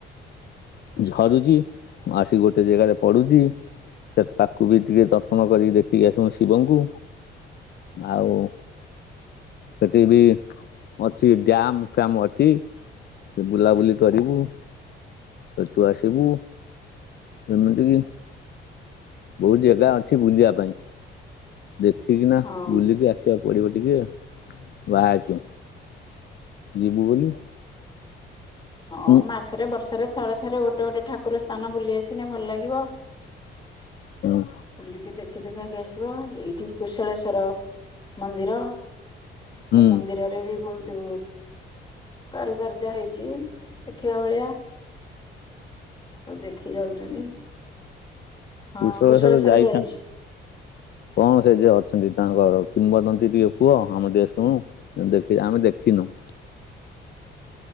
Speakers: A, on the left; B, on the left.
A: ଝରୁଛି, ଆସିିକି ଗୋଟେ ଜାଗାରେ ପଡୁଛି। ସେ ତାକୁ ବି ଟିକେ ଦର୍ଶନ କରିକି ଦେଖିକି ଆସିବୁ ଶିବଙ୍କୁ। ଆଉ ସେଠି ବି ଅଛି ଡ୍ୟାମ ଫ୍ୟାମ ଅଛି। ସେ ବୁଲାବୁଲି କରିବୁ, ସେଠୁ ଆସିବୁ। ଯେମିତି କି ବହୁତ ଜାଗା ଅଛି ବୁଲିବା ପାଇଁ। ଦେଖିକି ନା
B: ହଁ।
A: ବୁଲିକି ଆସିବାକୁ ପଡିବ ଟିକେ, ବାହାରୁଛୁ। ଯିବୁ ବୋଲି।
B: ହଁ
A: ହୁଁ
B: ମାସରେ ବର୍ଷରେ ଥରେ ସେଠାରେ ଗୋଟେ ଗୋଟେ ଠାକୁର ସ୍ଥାନ ବୁଲି ଆସିଲେ ଭଲ ଲାଗିବ,
A: ହୁଁ
B: ବୁଲିକି ଦେଖ ଦେଖି ଦୁଖାକି ଆସିବ ଏଇଠି କୁଶଳେଶ୍ଵର ମନ୍ଦିର।
A: ହୁଁ
B: ସେ ମନ୍ଦିରରେ ବି ବହୁତ କାରୁକାର୍ଯ୍ୟ ହେଇଛି। ଦେଖିବା ଭଳିଆ, ସବୁ ଦେଖି ଯାଉଛନ୍ତି। ହଁ
A: କୁଶଳେସ୍ଵର
B: କୁଶଳେଶ୍ଵର
A: ଯାଇଥାନ୍ତି।
B: ଯାଇଛି।
A: କଣ ସେ ଯିଏ ଅଛନ୍ତି ତାଙ୍କର କିମ୍ବଦନ୍ତୀ ଟିକେ କୁହ ଆମେ ଟିକେ ଶୁଣୁ। ଦେଖି ଆମେ ଦେଖିନୁ।